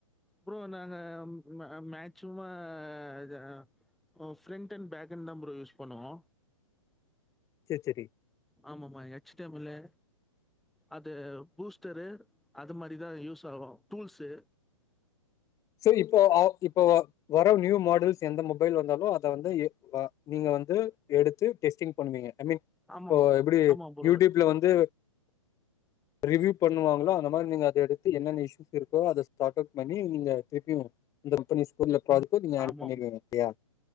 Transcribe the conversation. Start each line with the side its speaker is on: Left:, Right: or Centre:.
Centre: ப்ரோ நாங்கம் மே மேட்ச்சுமா இது ஆ ஓ ஃப்ரண்ட் அண் பேக் அண் தா ப்ரோ யூஸ் பண்ணுவோ
Left: கே ச்சரி
Centre: ஆமாமா எச் டம்முல்லு அது பூஸ்டரு அது மாரி தா யூஸ் ஆஹொ டூல்ஸு
Left: செரி இப்போ அவ் இப்போ வர ந்யூ மாடல்ஸ் எந்த மொபைல் வந்தாலு அத வந்து எப் லா நீங்க வந்து எடுத்து டெஸ்டிங் பண்ணுவீங்க ஐ மீன்
Centre: ஆமாமா.
Left: போ இப்புடி
Centre: ஆமா ப்ரோ.
Left: யூட்யூப்ல வந்து ரிவியூ பண்ணுவாங்களோ அந்த மாரி நீங்க அத எடுத்து என்னென்ன இஷயூஸ் இருக்கோ அத ஸ்டார்ட்ப் பண்ணி நீங்க திருப்பியு இந்த கம்பனி ஸ்கூர்ல பாதுக்கோ நீங்க ஆட்
Centre: ஆமாம்.
Left: பண்ணிருங்கத்தையா